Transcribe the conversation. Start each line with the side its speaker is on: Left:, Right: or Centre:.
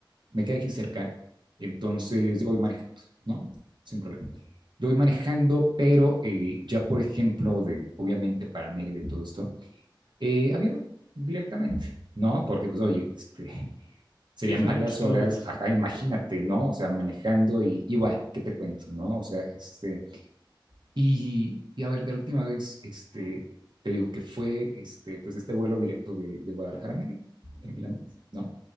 Right: me queda aquí cerca, entonces yo voy manejando, ¿no? Sin problema. Yo voy manejando, pero eh, ya, por ejemplo, de, obviamente para Mérida y todo esto, eh, avión directamente, ¿no? Porque pues oye, este, <laughs> serían
Left: Sí, son
Right: varias
Left: muchos kilómetros.
Right: horas, acá imagínate, ¿no? O sea, manejando y, y bueno, ¿qué te cuento, no? O sea, este, y, y a ver, de la última vez, este, te digo que fue, este, pues este vuelo directo de, de Guadalajara a Mérida, tranquilamente, ¿no?